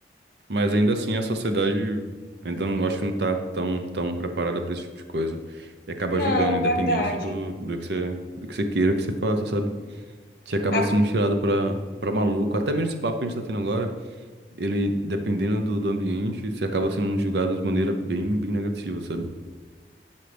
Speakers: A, on the right (about 75°); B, on the left (about 50°).
A: mas ainda assim a sociedade ainda não, acho que não tá tão, tão preparada para esse tipo de coisa. E acaba
B: Não,
A: julgando, independente
B: verdade.
A: do, do que você, do que você queira que você faça, sabe? Você acaba
B: A
A: sendo tirado pra, pra maluco. Até mesmo esse papo que a gente tá tendo agora, ele, dependendo do, do ambiente, você acaba sendo julgado de maneira bem, bem negativa, sabe?